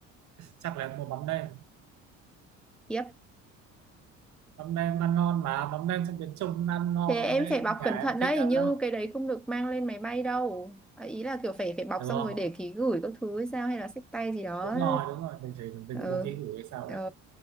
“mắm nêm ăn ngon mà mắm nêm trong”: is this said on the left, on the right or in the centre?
Right